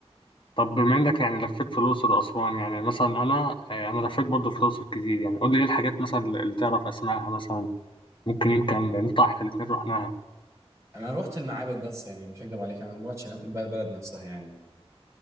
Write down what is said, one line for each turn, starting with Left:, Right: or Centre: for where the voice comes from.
Left: طب بما انك يعني لفيت في الاقصر واسوان يعني مثلا انا آه، انا لفيت برضه في الاقصر كتير يعني قول لي ايه الحاجات مثلا اللي تعرف اسمائها مثلا ممكن يمكن نطلع احنا الاثنين رحناها
Right: انا روحت المعابد بس يعني مش هكدب عليك انا ما روحتش الاماكن بقى البلد نفسها يعني